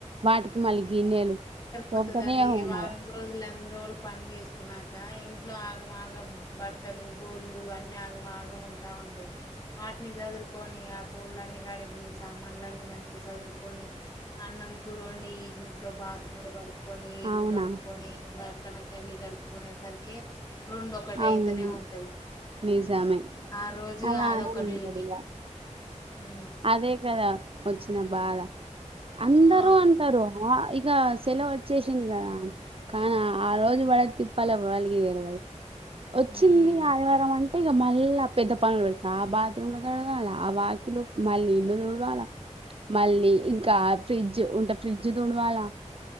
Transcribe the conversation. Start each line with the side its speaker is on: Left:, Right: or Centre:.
Right: వాటికి మళ్ళీ గిన్నెలు తోముతూనే
Left: వత్తదండి
Right: ఉండాలి
Left: వారం రోజులు అన్ని రోజులు పని చేసుకున్నాక ఇంట్లో ఆగమాగం బట్టలు బోళ్ళు అన్ని ఆగమాగం ఉంటా ఉంటాయి వాటిని సదురుకొని ఆ బోళ్లన్నీ కడిగి సామాన్లన్నీ మంచిగా సదురుకొని అన్నం కూరోండి ఇట్లో బాత్రూమ్లు కడుకొని ఇల్లు
Right: అవునా
Left: కడుకొని కనక ఇల్లు కడుకునే సరికే రెండు ఒకటి
Right: అవును
Left: అయితనే ఉంటది
Right: నిజమే
Left: ఆ రోజు
Right: అలానే
Left: అదోక డ్యూటీ
Right: ఉంటది ఇగ
Left: హు
Right: అదే కదా వచ్చిన బాధ అందరూ
Left: ఆ
Right: అంటారు ఆ ఇక సెలవు వచ్చేసింది కదా కానీ ఆ రోజు పడే తిప్పలు ఎవ్వలికి తెలవదు వచ్చింది
Left: ఉమ్
Right: ఆదివారం అం అంటే ఆ మళ్ళా ఆ పెద్ద పనులు పెడు ఆ బాత్రూమ్లు కడగాల ఆ వాకిల్ మళ్ళీ ఇల్లు తుడవాలా మళ్ళీ ఇంకా ఫ్రిడ్జ్ ఉంటే ఫ్రిడ్జ్ తుడవాలా